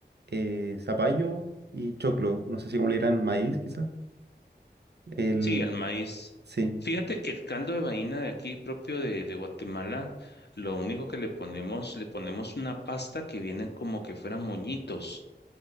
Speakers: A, on the right (about 70°); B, on the left (about 70°).
A: eh, zapallo y choclo. No sé si como le dirán maíz, quizás. El,
B: Sí, el maíz.
A: sí.
B: Fíjate que el caldo de vaina de aquí propio de, de Guatemala, lo único que le ponemos, le ponemos una pasta que viene como que fueran moñitos.